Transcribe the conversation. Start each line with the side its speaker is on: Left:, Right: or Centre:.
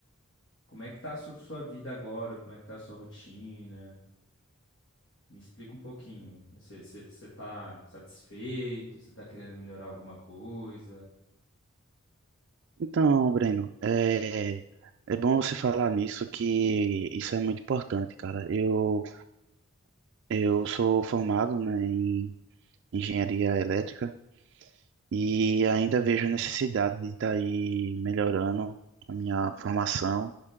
Left: Como é que tá a su- sua vida agora? Como é que tá a sua rotina? Me explica um pouquinho. Você você- você tá satisfeito? Você tá querendo melhorar alguma coisa?
Right: Então, Breno, é, é bom você falar nisso que isso é muito importante, cara. Eu, eu sou formado, né, em engenharia elétrica e ainda vejo a necessidade de estar aí melhorando a minha formação.